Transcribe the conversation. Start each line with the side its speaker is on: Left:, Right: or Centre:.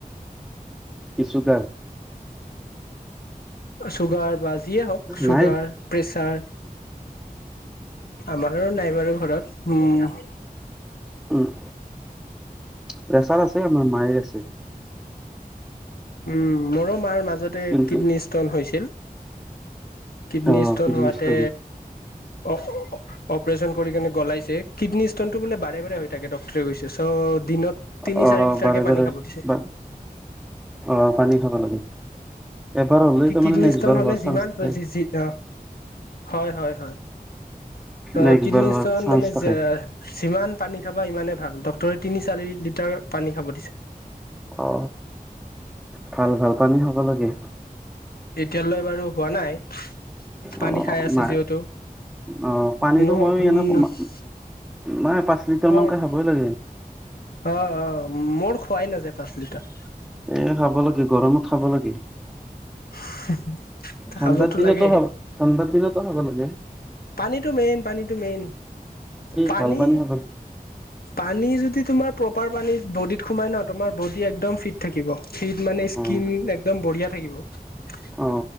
Centre: কিছু কাৰ-
Left: অ' চুগাৰ। বা যিয়ে হওক চুগাৰ,
Centre: নাই
Left: প্ৰেছাৰ- আমাৰ- কৰোঁ নাই বাৰু। ঘৰত উম
Centre: উম্। প্ৰেচাৰ আছে, আমাৰ মাৰ আছে।
Left: উম। মোৰো মাৰ মাজত- মাজতে
Centre: কিন্তু
Left: কিডনী ষ্টন হৈছিল। কিডনী
Centre: অ
Left: ষ্টোন
Centre: কিডনী
Left: হোৱাতে
Centre: ষ্টন
Left: অপ্ অপ্ অপাৰেচন কৰি কিনে গলাইছে। কিডনী ষ্টন টো বোলে বাৰে বাৰে হৈ থাক ডকটৰে গৈছে <unintelligible> ত' দিনত তিনি
Centre: অ',
Left: চাৰি লিটাৰকে
Centre: বাৰে
Left: পানী
Centre: বাৰে
Left: খাব দিছে
Centre: বা অ পানী খাব লাগে এবাৰ হ'লে
Left: কি
Centre: তাৰমানে
Left: কিডনীইচতন
Centre: নেক্সট বাৰ
Left: হলে
Centre: হোৱাৰ
Left: যিমান
Centre: চান্স থাকে।
Left: পছিত ন হয় হয় হয় অ
Centre: নেক্সট
Left: কীতনিকস্তন
Centre: বাৰ হোৱাৰ চান্স
Left: মানে
Centre: থাকে।
Left: যিমান পানী খাবা ইমানে ভাল ডক্তৰে তিনি চাৰি লিটাৰ পানী খাব দিছে
Centre: অ ভাল ভাল পানী খাব লাগে
Left: এতিয়ালৈ বাৰু হোৱা নাই পানী
Centre: অ
Left: খাই আছে
Centre: নাই
Left: যিহেতু
Centre: অ পানীটো
Left: ন
Centre: মই এনেই কমা নাই পাঁচ লিটাৰমানকৈ
Left: ন
Centre: খাবই লাগে।
Left: অ অ মোৰ খোৱাই নাযায় পাঁচ লিটাৰ।
Centre: এ খাব লাগে গৰমত খাব লাগে।
Left: <unintelligible>
Centre: ঠাণ্ডাৰ
Left: খাবতো
Centre: দিনতো
Left: লাগে
Centre: হাব ঠাণ্ডাৰ দিনতো খাব লাগে।
Left: পানীটো মেইন পানীটো মেইন পানী
Centre: ভাল খাব লাগে।
Left: পানী যদি তোমাৰ প্ৰপাৰ পানী বডিত সোমাই ন তোমাৰ বডি একদম ফিট থাকিব। ফিত মানে স্কিন
Centre: অ',
Left: একদম বঢ়িয়া, থাকিব।
Centre: অ